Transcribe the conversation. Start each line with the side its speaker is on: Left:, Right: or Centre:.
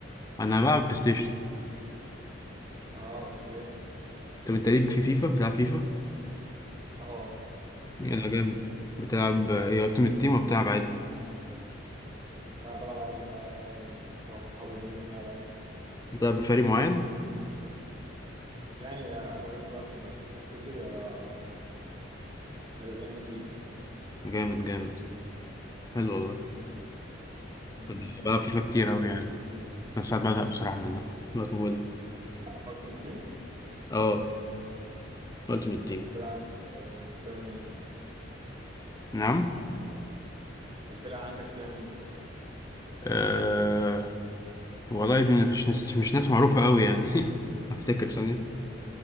Left: انا بلعب بلاي ستيشن
Right: اه اوكي
Left: طب انت ليك في فيفا بتلعب فيفا؟
Right: اه
Left: يلا
Right: كده كده.
Left: جامد بتلعب ايه التيم تيم وبتلعب عادي
Right: لا بلعب عادي بقى يعني مع صحابي بننزل نلعب عادي
Left: بتلعب بفريق معين
Right: يعني اغلبيه الوقت مانشستر سيتي آه، ريال مدريد
Left: جامد جامد حلو والله
Right: امم
Left: كنت بلعب فيفا كتير أوي يعني بس ساعات بزهق بصراحة منها مطول
Right: قلت من التيم
Left: اه التيمت تيم
Right: الفرقه عندك آه، فيها مين
Left: نعم
Right: الفرقه عندك فيها مين
Left: أه... والله مش مش مش ناس معروفة أوي يعني <laughs> هفتكر ثانية